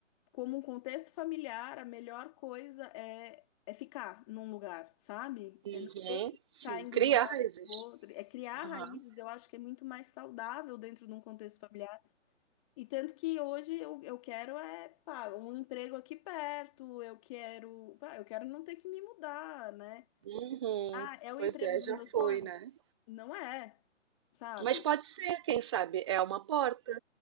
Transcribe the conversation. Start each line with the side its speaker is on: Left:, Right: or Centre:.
Left: como um contexto familiar, a melhor coisa é, é ficar num lugar, sabe?
Right: Uhum,
Left: É não ter que
Right: sim.
Left: ficar indo
Right: cria
Left: de um lado
Right: raízes.
Left: para o outro. É criar
Right: Aham.
Left: raízes, eu acho que é muito mais saudável dentro de um contexto familiar. E tanto que hoje eu, eu quero é, pá, um emprego aqui perto, eu quero, pá, eu quero não ter que me mudar, né?
Right: Uhum.
Left: Ah, é o
Right: Pois
Left: emprego
Right: é,
Left: dos
Right: já
Left: meus
Right: foi,
Left: sonhos?
Right: né?
Left: Não é, sabe?
Right: Mas pode ser, quem sabe, é uma porta.